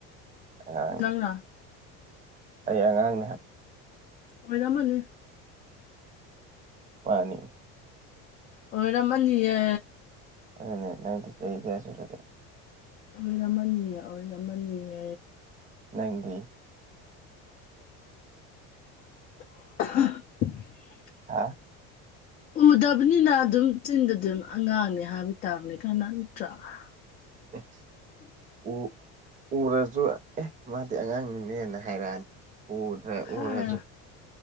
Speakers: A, on the right; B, on the left.
A: ꯑꯉꯥꯡ
B: ꯅꯪꯅ
A: ꯑꯩ ꯑꯉꯥꯡꯅꯤ ꯍꯥꯏꯕ
B: ꯑꯣꯏꯔꯝꯃꯅꯤ
A: ꯃꯥꯟꯅꯤ
B: ꯑꯣꯏꯔꯝꯃꯅꯤꯌꯦ
A: ꯑꯗꯨꯅꯦ ꯅꯪꯗꯤ ꯆꯍꯤ ꯀꯌꯥ ꯁꯨꯔꯒꯦ
B: ꯑꯣꯏꯔꯝꯃꯅꯤꯌꯦ ꯑꯣꯏꯔꯝꯃꯅꯤꯌꯦ
A: ꯅꯪꯗꯤ
B: <unintelligible>
A: ꯑꯥ
B: ꯎꯗꯕꯅꯤꯅ ꯑꯗꯨꯝ ꯆꯤꯟꯗꯗꯤ ꯑꯗꯨꯝ ꯑꯉꯥꯡꯅꯤ ꯍꯥꯏꯕ ꯇꯥꯕꯅ ꯀꯅꯥ ꯅꯠꯇ꯭ꯔꯥ <inaudible>
A: ꯑꯦ ꯎ ꯎꯔꯁꯨ ꯑꯦ ꯃꯥꯗꯤ ꯑꯉꯥꯡꯅꯤꯅꯦꯅ ꯍꯥꯏꯔꯛꯑꯅꯤ ꯎ
B: ꯍꯥꯏꯔꯣ
A: ꯎꯔꯁꯨ